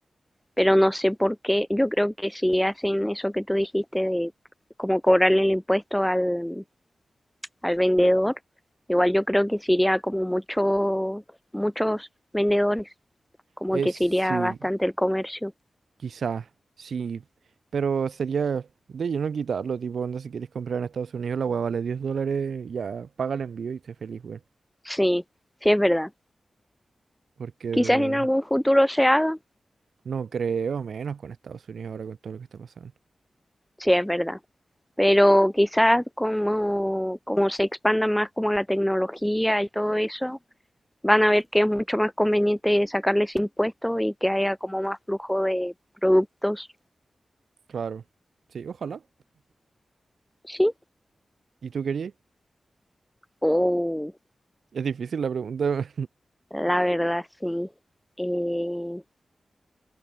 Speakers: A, in the centre; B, on the right.
A: pero no sé por qué. Yo creo que si hacen eso que tú dijiste de como cobrarle el impuesto al, al vendedor, igual yo creo que se iría como mucho, muchos vendedores, como
B: Es
A: que se
B: sí.
A: iría bastante el comercio.
B: Quizás, sí, pero sería de lleno quitarlo, tipo, onda, si quieres comprar en Estados Unidos, la hueá vale 10 dólares, ya paga el envío y esté feliz, güey.
A: Sí, sí es verdad.
B: Porque
A: Quizás en algún futuro se haga,
B: no creo, menos con Estados Unidos ahora con todo lo que está pasando.
A: sí, es verdad, pero quizás como, como se expanda más como la tecnología y todo eso, van a ver que es mucho más conveniente sacarles impuestos y que haya como más flujo de productos,
B: Claro, sí, ojalá.
A: sí,
B: ¿Y tú querías?
A: o
B: Es difícil la pregunta,
A: la verdad sí. Eh,